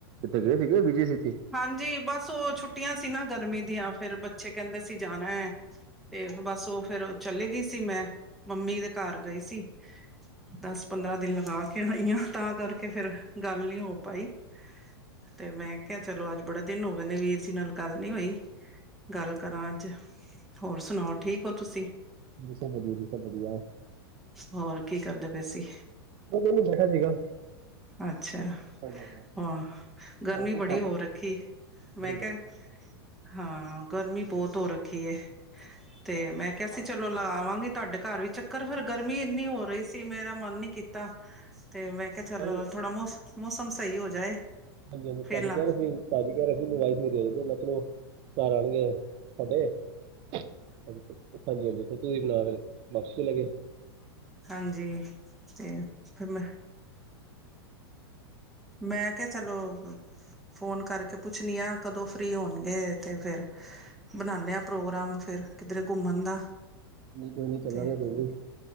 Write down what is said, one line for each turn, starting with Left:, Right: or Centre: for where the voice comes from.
Right: ਇੱਥੇ ਗਏ ਸੀਗੇ ਬੀਜੀ ਸੀ ਤੁਸੀਂ
Centre: ਹਾਂਜੀ ਬਸ ਉਹ ਛੁੱਟੀਆਂ ਸੀ ਨਾ ਗਰਮੀ ਦੀਆਂ ਫੇਰ ਬੱਚੇ ਕਹਿੰਦੇ ਸੀ ਜਾਣਾ ਹੈ ਤੇ ਬਸ ਉਹ ਫੇਰ ਚਲੇ ਗਈ ਸੀ ਮੈਂ ਮੰਮੀ ਦੇ ਘਰ ਗਈ ਸੀ ਦਸ ਪੰਦਰਾਂ ਦਿਨ ਲਗਾ ਕੇ ਤਾਂ ਕਰਕੇ ਫੇਰ ਗੱਲ ਨੀ ਹੋ ਪਾਈ ਤੇ ਮੈਂ ਕਿਹਾ ਚਲੋ ਅੱਜ ਬੜੇ ਦਿਨ ਹੋ ਗਏ ਨੇ ਵੀਰ ਜੀ ਨਾਲ ਗੱਲ ਨੀ ਹੋਈ ਗੱਲ ਕਰਾਂ ਅੱਜ ਹੋਰ ਸੁਣਾਓ ਠੀਕ ਹੋ ਤੁਸੀਂ
Right: ਜੀ ਸਭ ਵਧੀਆ ਜੀ ਸਭ ਵਧੀਆ
Centre: ਹੋਰ ਕੀ ਕਰਦੇ ਪਏ ਅਸੀਂ
Right: ਮੈਨੂੰ ਨੀ ਪਤਾ ਸੀਗਾ
Centre: ਅੱਛਾ
Right: ਹੋਰ
Centre: ਹਾਂ ਗਰਮੀ
Right: ਤੁਸੀਂ
Centre: ਬੜੀ
Right: ਸੁਣਾਓ
Centre: ਹੋ ਰੱਖੀ ਮੈਂ
Right: ਬੜੀ
Centre: ਕਿਹਾ
Right: ਗਰਮੀ
Centre: ਹਾਂ ਗਰਮੀ ਬਹੁਤ ਹੋ ਰੱਖੀ ਹੈ ਤੇ ਮੈਂ ਕਿਹਾ ਸੀ ਚਲੋ ਲਗਾਵਾਂਗੀ ਤੁਹਾਡੇ ਘਰ ਵੀ ਚੱਕਰ ਫਿਰ ਗਰਮੀ ਨੀ ਹੋ ਰਹੀ ਸੀ ਮੇਰਾ ਮਨ ਨੀ ਕੀਤਾ ਤੇ ਮੈਂ ਕਿਹਾ ਚੱਲ
Right: ਤਾਂਹੀ
Centre: ਥੋੜਾ ਮਸ ਮੌਸਮ ਸਹੀ ਹੋ ਜਾਏ
Right: ਹਾਂਜੀ ਹਾਂਜੀ
Centre: ਫੇਰ
Right: ਭਾਜੀ
Centre: ਲਾ
Right: ਕਹਿ ਰਹੇ ਸੀ ਭਾਜੀ ਕਹਿ ਰਹੇ ਸੀ ਲਵਾਈ ਮੇਰੇ ਆਦੇ ਮਤ ਚਲੋ ਘਰ ਆਉਣਗੇ ਤੁਹਾਡੇ ਹਾਂਜੀ ਹਾਂਜੀ ਫ ਤੁਸੀਂ ਫਿਰ ਵਾਪਸ ਵੀ ਲੈ ਕੇ
Centre: ਹਾਂਜੀ ਤੇ ਫਿਰ ਮੈਂ ਮੈਂ ਕਿਹਾ ਚਲੋ ਫੋਨ ਕਰਕੇ ਪੁੱਛਣੀ ਆ ਕਦੋਂ ਫ੍ਰਰੀ ਹੋਣਗੇ ਤੇ ਫੇਰ ਬਣਾਨੇ ਆ ਪ੍ਰੋਗਰਾਮ ਫਿਰ ਕਿਧਰੇ ਘੁੰਮਣ ਦਾ
Right: ਕੋਈ ਨੀ ਚੱਲਾਂਗੇ
Centre: ਤੇ
Right: ਕੋਈ ਵੀ